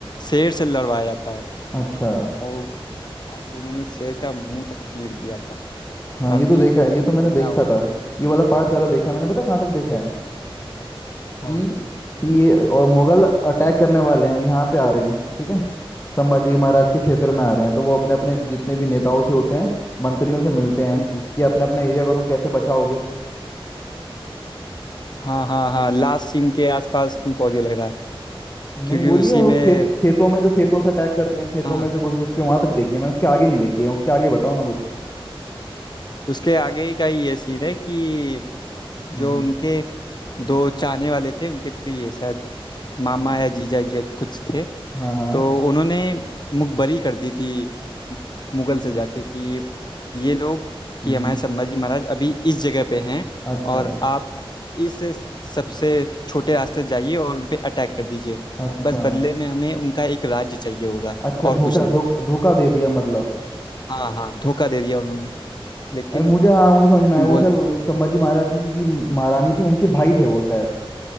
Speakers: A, on the left (about 50°); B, on the left (about 30°).
A: शेर से लड़वाया जाता है
B: अच्छा
A: और लास्ट उन्होंने शेर का मुंह तक चीर दिया था
B: हाँ
A: काफी
B: ये तो देखा है ये
A: बढ़िया
B: तो मैंने देखा
A: हो
B: था ये वाला पार्ट सारा देखा है मैंने पता कहाँ तक देखा है
A: हाँ
B: कि कि ये और मुगल अटैक करने वाले हैं यहाँ पे आ रहे हैं ठीक है संभाजी महाराज के क्षेत्र में आ रहे हैं तो वो अपने अपने जितने भी नेताओं से होते हैं मंत्रियों से मिलते हैं
A: हम्म,
B: कि अपने अपने एरिया को तुम कैसे बचाओगे
A: हाँ हाँ हाँ लास्ट सीन के आसपास तुम पहुंच गए लग रहा है
B: नहीं
A: क्योंकि
B: वो नहीं
A: उसी
B: है वो
A: में
B: खेत खेतों में जो खेतों से अटैक करते हैं खेतों
A: हाँ
B: में से घुस घुस के वहां तक देखी है मैंने उसके आगे नहीं देखी है उसके आगे बताओ ना कुछ
A: उसके आगे ही का ही ये सीन है कि
B: हम्म
A: जो उनके दो चाहने वाले थे उनके प्रिय शायद मामा
B: हाँ
A: या जीजा जी कुछ थे
B: हाँ हाँ,
A: तो उन्होंने मुखबरी कर दी थी मुगल से जाके कि ये लोग कि
B: हम्म
A: हमारे संभाजी महाराज अभी इस जगह पे हैं
B: अच्छा
A: और आप इस सबसे छोटे रास्ते से जाइए और उन पे अटैक कर दीजिए
B: अच्छा
A: बस बदले में हमें उनका एक राज्य चाहिए होगा
B: अच्छा
A: और कुछ
B: धोखा
A: नहीं
B: धोखा धोखा दे दिया मतलब
A: हाँ हाँ धोखा दे दिया उन्होंने लेकिन
B: अरे मुझे हाँ मुझे समझ में आया वो
A: बोल
B: शायद अ, संभाजी महाराज की जी की महारानी थी उनके भाई थे वो शायद